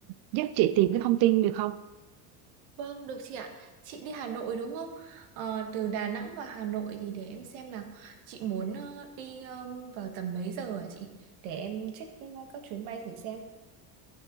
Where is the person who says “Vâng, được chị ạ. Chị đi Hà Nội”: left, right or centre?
Right